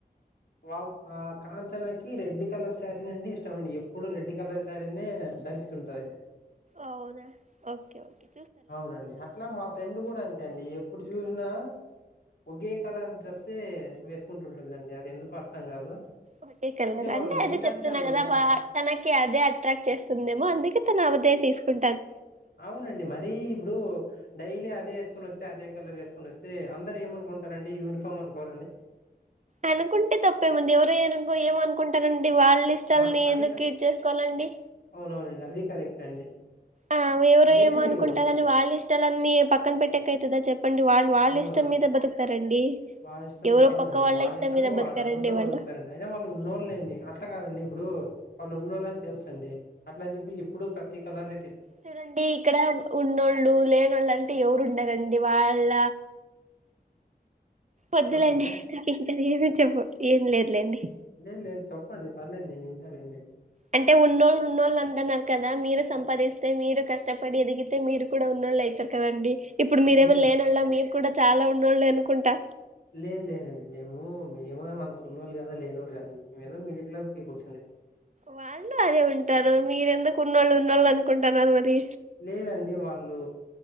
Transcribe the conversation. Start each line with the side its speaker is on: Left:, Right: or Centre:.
Left: వాళ్ ఆ కాంచనాకి రెడ్ కలర్ శారీ అండి ఇష్టమండి ఎప్పుడు రెడ్ కలర్ శారీనే అంటె ధరిస్తుంటది
Right: అవునా ఓకె ఓకె
Left: అవునండి అట్ల మా ఫ్రెండ్ కూడ అంతే అండి ఎప్పుడు చూసిన ఒకే కలర్ డ్రెస్సే వేసుకుంటుంటుందండి అది ఎందుకు అర్థం కాదు
Right: ఒకే కలర్
Left: వాళ్ళ
Right: అంటే
Left: మెంటాలిటీ
Right: అదే చెప్తున్న
Left: అలా
Right: కదా
Left: ఉంటుందండి
Right: తనకి అదే అట్రాక్ట్ చేస్తుందేమో అందుకే తన అవె అంతె తీసుకుం
Left: అవునండి మరీ ఇప్పుడు డైలీ అదే వేసుకని వస్తే అదే కలర్ వేసుకొని వస్తే అందరు ఏమనుకుంటారండి యూనిఫామ్ అనుకోరండి
Right: అనుకుంటే తప్పే ముంది ఎవరో ఏం అనుకుంటారం డి వాళ్ళ ఇష్టాలని
Left: వా అది
Right: ఎందుకు
Left: క
Right: కేర్ చేసుకోవాలండి
Left: అవునవునండి అది కారెక్టె అండి
Right: ఆ ఎవరో
Left: అదైతే
Right: ఏమో
Left: మీరు
Right: అనుకుంటారని వాళ్ళ ఇష్టాలనిీ పక్కన పెట్టకైతదా చెప్ప చెప్పండి వాళ్ళు వాళ్ళ
Left: అవునవును
Right: ఇష్టం మీద బతుకుతారండి
Left: వాళ్ళ ఇష్టం మీద
Right: ఎవరో
Left: అవునండి
Right: పక్క
Left: వాళ్ళ
Right: ఇష్టం
Left: ఇష్టము
Right: మీద
Left: వాళ్ళ
Right: బతకారండి
Left: డబ్బులతో బతుకుతారండి
Right: వాళ్ళు
Left: అయినా వాళ్ళు ఉన్నోళ్లేండి అట్లా కాదండి ఇప్పుడు వాళ్ళు ఉన్నోళ్ళు అని తెల్సు అండి అట్ల అని చెప్పి ఎప్పుడు ప్రతిీ కలర్
Right: చూడండి ఇక్కడ ఉన్నోళ్ళు లేనోళ్ళు అంటే ఎవరు ఉండరంండి వాళ్ళ ఒద్దులే
Left: చెప్పండి
Right: అండి నాకు ఇంకా ఏమి చెప్ప ఏం లేదులేండి
Left: లేద్ లేద్ చెప్పండి పర్లేదు నేను వింటాలె అండి
Right: అంటే ఉన్నోళ్ళు ఉన్నోళ్ళు అంటున్నారు కదా మీరు సంపాదిస్తే మీరు కష్టపడి ఎదిగితే మీరు కూడా ఉన్ ఉన్నోళ్ళు అయితరు కదండి ఇప్పుడు మీరేమన్నా
Left: అంటే
Right: లేనోళ్ళు మీరు కూడ చాల ఉన్నోళ్ళు అనుకుంటా
Left: లేదు లేదండి మేము మేము అంత ఉన్నళ్ళు కదా లేనోళ్ళు కాదండి మేేమో మిడిల్ క్లాస్ పీపుల్స్ అండి
Right: వాళ్ళు అదే ఉంటారు మీరెందుకు ఉన్నోళ్ళు ఉన్నోళ్ళు అనుకుంటున్నారు మరి
Left: లేదండి వాళ్ళు